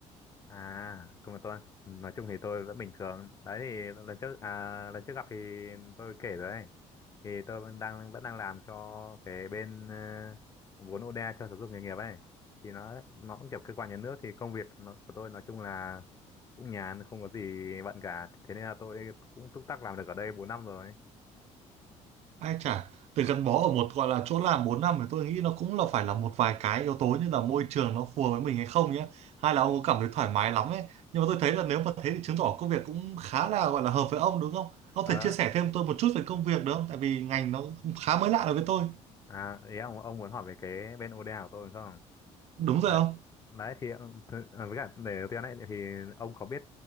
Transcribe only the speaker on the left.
À, công việc tôi, nói chung thì tôi vẫn bình thường. Đấy thì lần trước à, lần trước gặp thì tôi kể rồi ấy. Thì tôi vẫn đang vẫn đang làm cho cái bên ờ, vốn ODA cho giáo dục nghề nghiệp ấy. Thì nó nó cũng kiểu cơ quan nhà nước thì công việc nó, của tôi nói chung là cũng nhàn, không có gì bận cả. Thế nên là tôi cũng túc tắc làm được ở đây 4 năm rồi.
Ờ,
à, ý ông ông muốn hỏi về cái bên ODA của tôi đúng không?
đấy
đấy thì th- với cả để tiền này thì ông có biết